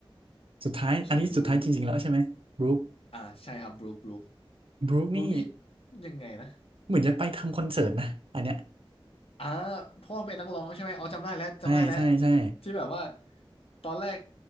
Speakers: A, on the right; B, on the left.
A: สุดท้ายอันนี้สุดท้ายจริงๆแล้วใช่ไหมบรูค
B: ส่วนบรูคอ่าใช่ครับบรูคบรูค
A: บรูคนี่
B: บรูคนี่ยังไงนะ
A: เหมือนจะไปทำคอนเสิร์ตนะอันเนี้ย
B: อ่าพ่อเป็นนักร้องใช่ไหมอ๋อจำได้แล้วจำได้แล้ว
A: ใช่ใช่ใช่
B: ที่แบบว่าตอนแรก